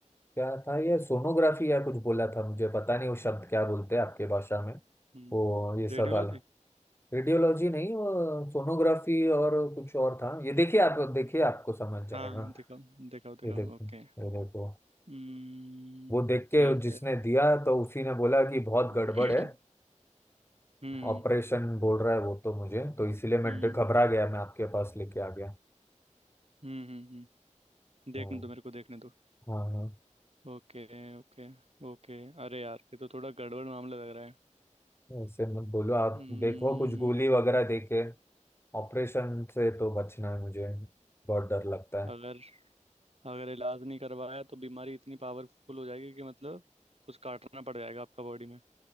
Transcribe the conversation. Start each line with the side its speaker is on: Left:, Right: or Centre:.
Left: क्या था ये सोनोग्राफी या कुछ बोला था मुझे पता नहीं वो शब्द क्या बोलते हैं आपके भाषा में
Right: हम्म
Left: वो ये सब
Right: रेडियोलॉजी
Left: वाला रेडियोलॉजी नहीं वो सोनोग्राफी और कुछ और था ये देखिए आप देखिए आपको समझ जाएगा
Right: हाँ हाँ दिखाओ दिखाओ दिखाओ
Left: ये देखो
Right: ओके
Left: ये देखो
Right: हम्म
Left: वो देख
Right: ठीक
Left: के जिसने
Right: है
Left: दिया तो उसी ने बोला कि बहुत
Right: <clears throat>
Left: गड़बड़ है
Right: हम्म
Left: ऑपरेशन बोल रहा है वो तो मुझे तो इसीलिए मैं
Right: हम्म
Left: डर- घबरा गया मैं आपके पास लेके आ गया
Right: हम्म हम्म हम्म देखने
Left: हाँ
Right: दो मेरे को देखने दो
Left: हाँ हाँ,
Right: ओके ओके ओके अरे यार ये तो थोड़ा गड़बड़ मामला लग रहा है
Left: ऐसे मत बोलो आप
Right: हम्म,
Left: देखो कुछ गोली वगैरह दे के ऑपरेशन से तो बचना है मुझे बहुत डर लगता है
Right: अगर अगर इलाज नहीं करवाया तो बीमारी इतनी पावरफुल हो जाएगी कि मतलब कुछ काटना पड़ जाएगा आपका बॉडी में